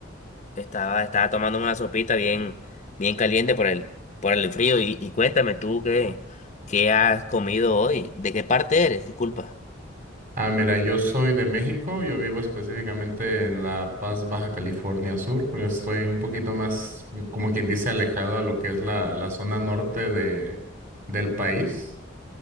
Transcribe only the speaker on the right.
Ah, mira, yo soy de México. Yo vivo específicamente en La Paz, Baja California Sur. pero Estoy un poquito más, como quien dice, alejado a lo que es la, la zona norte de, del país.